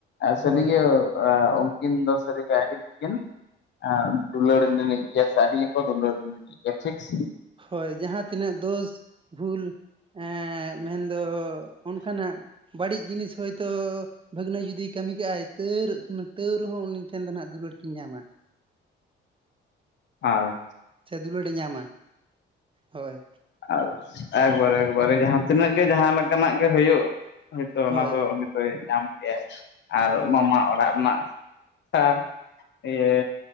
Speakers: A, on the left; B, on the right.
A: ᱟᱨ
B: ᱦᱳᱭ
A: ᱥᱟᱞᱤᱭᱟᱹ ᱟᱹ ᱩᱱᱠᱤᱱ ᱫᱚ ᱥᱟᱹᱨᱤᱜᱮ ᱟᱹᱰᱤᱠᱤᱱ ᱟᱹ ᱫᱩᱞᱟᱹᱲ ᱱᱤᱱᱤᱜ ᱜᱮᱭᱟ ᱥᱮ ᱟᱹᱰᱤ <unintelligible> ᱥᱮ
B: ᱦᱳᱭ ᱡᱟᱦᱟᱸᱛᱤᱱᱟᱹᱜ ᱫᱳᱥ ᱵᱷᱩᱞ ᱮ ᱢᱮᱱᱫᱚ ᱚᱱᱠᱟᱱᱟᱜ ᱵᱟᱹᱲᱤᱡ ᱡᱤᱱᱤᱥ ᱦᱳᱭᱛᱳ ᱵᱷᱟᱹᱜᱽᱱᱟᱹ ᱡᱩᱫᱤᱭ ᱠᱟᱹᱢᱤ ᱠᱟᱜᱼᱟᱭ ᱛᱟᱨ ᱛᱟᱹᱣ ᱨᱮᱦᱚᱸ ᱩᱱᱤ ᱴᱷᱮᱱ ᱫᱚ ᱦᱟᱸᱜ ᱫᱩᱞᱟᱹᱲ ᱠᱤᱱ ᱧᱟᱢᱟ <unintelligible>
A: ᱟᱭ
B: ᱥᱮ ᱫᱩᱞᱟᱹᱲᱮ ᱧᱟᱢᱟ ᱦᱳᱭ
A: ᱟᱨ ᱮᱠᱵᱟᱨᱮ ᱮᱠᱵᱟᱨᱮ ᱡᱟᱦᱟᱸ ᱛᱤᱱᱟᱹᱜ ᱜᱮ ᱡᱟᱦᱟᱸ ᱞᱮᱠᱟᱱᱟᱜ ᱜᱮ ᱦᱩᱭᱩᱜ ᱦᱳᱭᱛᱳ
B: ᱦᱳᱭ
A: ᱚᱱᱟ ᱫᱚ ᱩᱱᱤ ᱫᱚᱭ ᱧᱟᱢ ᱠᱮᱭᱟ ᱟᱨ
B: ᱦᱳᱭ
A: ᱢᱟᱢᱟ ᱚᱲᱟᱜ ᱨᱮᱱᱟᱜ <unintelligible> ᱤᱭᱟᱹ